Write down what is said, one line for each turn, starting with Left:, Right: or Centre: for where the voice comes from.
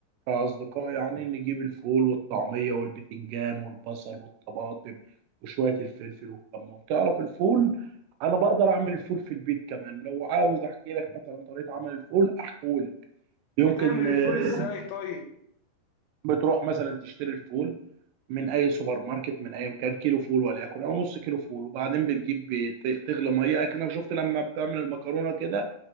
Right: كاصدقاء يعني نجيب الفول والطعميه والبتنجان والبصل والطماطم وشويه الفلفل والكمون تعرف الفول انا بقدر اعمل الفول في البيت كمان لو عاوز احكي لك مثلا طريقه عمل الفول احكولك يمكن
Left: بتعمل الفول
Right: آه،
Left: ازاي طيب
Right: بتروح مثلا تشتري الفول من اي سوبر ماركت من اي مكان كيلو فول وليكن او نص كيلو فول وبعدين بتجيب بت- تغلي ميه اكنك شفت لما بتعمل المكرونه كده